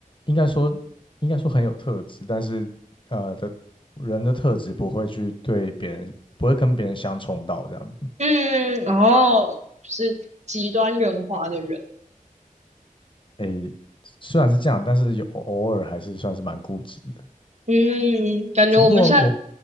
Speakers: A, on the left; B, on the right.
A: 应该说应该说很有特质，但是呃的人的特质不会去对别人不会跟别人相冲到这样子，
B: 嗯，然后就是极端圆滑的人。
A: 诶，虽然是这样，但是有偶尔还是算是蛮固执的，
B: 嗯，感觉我们下
A: 只不过我